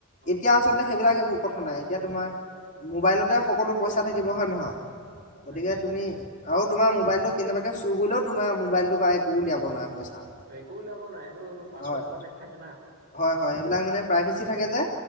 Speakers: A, on the right; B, on the left.
A: অ',
B: এতিয়া আচলতে সেইবিলাক একো কথা নাই। এতিয়া তোমাৰ মোবাইলতে সকলো পইচা থাকিব হয়ে নহয়? গতিকে
A: তাকে
B: তুমি আৰু তোমাৰ মোবাইলটো কেনেবাকে চুৰ কৰিলেও তোমাৰ মোবাইলটো পা একো উলিয়াব নোৱাৰে পইচা।
A: একো উলিয়াব নোৱাৰে সেইটো পাছৱৰ্ড
B: হয়,
A: প্ৰটেক্ট থাকে না
B: হয়- হয়, এইবিলাক মানে প্ৰাইভেচি
A: উম,
B: থাকে যে।